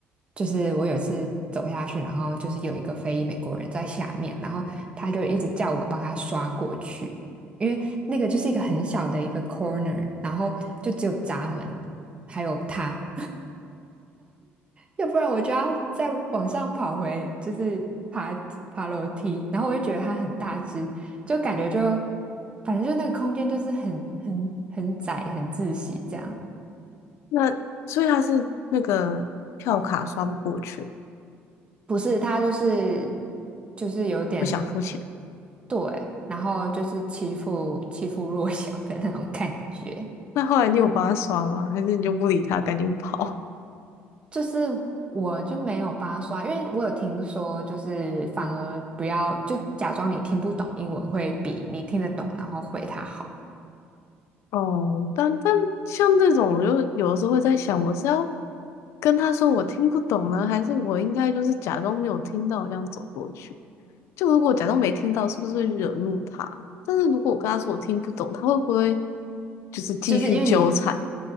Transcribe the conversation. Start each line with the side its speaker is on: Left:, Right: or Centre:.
Right: 就是我有一次走下去，然后就是有一个非裔美国人在下面，然后他就一直叫我帮他刷过去，因为那个就是一个很小的一个 corner，然后就只有闸门还有他。要不然我就要再往上跑回，就是爬爬楼梯，然后我就觉得它很大只，就感觉就反正就那个空间就是很很很窄、很窒息这样。
Left: <laughs> 那所以它是那个票卡刷不过去，
Right: 不是，它就是就是有点
Left: 不想付钱。
Right: 对，然后就是欺负欺负弱小的那种感觉。
Left: <laughs> 那后来你有帮他刷吗？还是你就不理他，赶紧跑？
Right: 就是我就没有帮他刷，因为我有听说，就是反而不要就假装你听不懂英文，会比你听得懂然后回他好。
Left: <laughs> 哦，但但像这种，我就有的时候会在想，我是要跟他说我听不懂呢，还是我应该就是假装没有听到这样走过去？就如果我假装没听到，是不是会惹怒他？但是如果我跟他说我听不懂，他会不会就是继续纠缠？
Right: 就是因为你